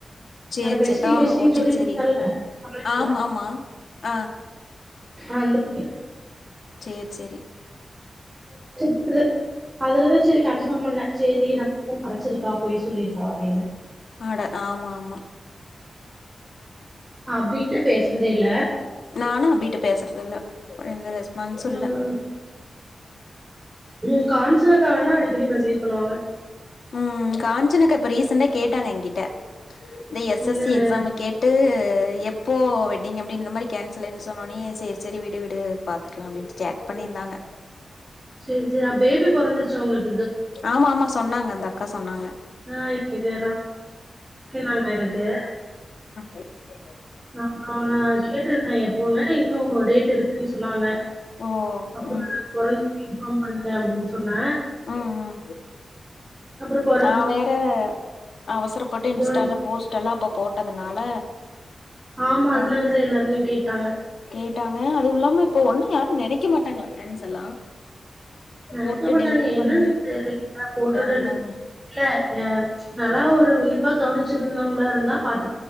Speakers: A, on the left; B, on the right.
A: சேரி
B: என்னோட பெஸ்டி
A: சேரி ஆ
B: பெஸ்டின்னு
A: ஓகே
B: சொல்லிட்டு
A: சேரி
B: இருந்தால்ல
A: ஆ
B: காலேஜ்ல
A: ஆமா ஆமா ஆ
B: அந்த <inaudible>
A: சேரி சேரி
B: <inaudible> அதுலதா சேரி கன்பார்ம் பண்ணே சேரி நம்மகிட்ட மறச்சிருக்கா பொய் சொல்லிருக்கா அப்படின்னு
A: ஆட ஆமா ஆமா
B: அபிட்ட பேசுறதே இல்ல
A: நானு அபிட்ட பேசுறதில்ல எந்த ரெஸ்ப் பான்சு இல்ல
B: ம். ம் காஞ்சனா அக்கா வேனா அடிக்கடி மெசேஜ் பண்ணுவாங்க
A: ம் காஞ்சனக்கா இப்ப ரீசண்டா கேட்டாங்க ஏன்கிட்ட இந்த எஸ்
B: என்னன்னு
A: எஸ் சி எக்ஸாம கேட்டு எப்போ வெட்டிங் அப்டின்னு இந்த மாரி கேன்சல்ன்னு சொன்னொனயே சேரி சேரி விடு விடு பாத்துக்கலா அப்டின்னு சேட் பண்ணியிருந்தாங்க
B: சேரி சேரி அப் பேபி பிறந்துருச்சா உங்களுக்
A: ஆமா ஆமா சொன்னாங்க அந்த அக்கா சொன்னாங்க
B: ஆ எனக்கு நா <inaudible> எனக் க்கு
A: அ
B: நா அவன கேட்டிருந்தே எப்பன்னு இன்னு டேட் இருக்குன்னு சொன்னாங்க
A: ஓ
B: அப்பறோ
A: ம்
B: <inaudible> இன்ஃபார்ம் பண்ண த அப்டின்னு சொன்னே
A: ம் ம்
B: அப்புறோ பொ
A: நா வேற அவசரப்பட்டு இன்ஸ்டால
B: கேர்ள்
A: போஸ்ட் ல்லா இப்ப போட்டதுனால
B: ஆமா
A: ஃப்ரெண்ட்
B: அதனாலதா எல்லாருமே கேட் டாங்க
A: கேட்டாங்க அதுவு இல்லாம இப்ப ஒண்ணு யாரு நெனைக்க மாட்டாங்கள ஃப்ரெண்ட்ஸ் எல்லா
B: நெனைக்க
A: போட்டு
B: மாட்டாங்க
A: டெலிட்
B: என்னன்
A: பண்ண
B: தெரில போட்டுட்டு
A: அதா அதா
B: இல்ல ஏ நல்லா ஒரு உன்னிப்பா கவனிச்சிருந்தவ்ங்களா இருந்தா பாத்